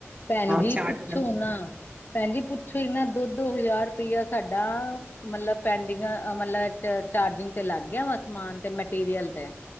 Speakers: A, on the left; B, on the right.
A: ਭੈਨ
B: ਹਾਂ
A: ਜੀ
B: ਚਾਰਟ
A: ਪੁੱਛੋ
B: ਵਗੈਰਾ
A: ਨਾ। ਭੈਨ ਜੀ ਪੁੱਛੋ ਹੀ ਨਾ ਦੁੱਧ ਹਜ਼ਾਰ ਰੁਪਇਆ ਸਾਡਾ ਮਤਲਬ ਪੈਂਡਿੰਗ ਮਤਲਬ ਚਾਰਜਿੰਗ ਤੇ ਲੱਗ ਗਿਆ ਵਾ ਸਮਾਨ ਤੇ ਮੈਟੀਰੀਅਲ ਤੇ।